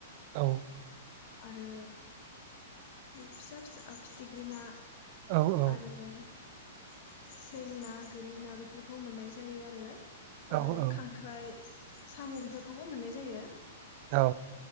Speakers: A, on the right; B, on the left.
A: औ
B: आरो बे फिसा फिसा फिथिख्रि ना,
A: औ औ
B: आरो सें ना, गोरि ना बेफोरखौ मोननाय जायो आरो।
A: औ
B: आरो
A: औ
B: खांख्राइ, साम' बेफोरखौबो मोननाय जायो।
A: औ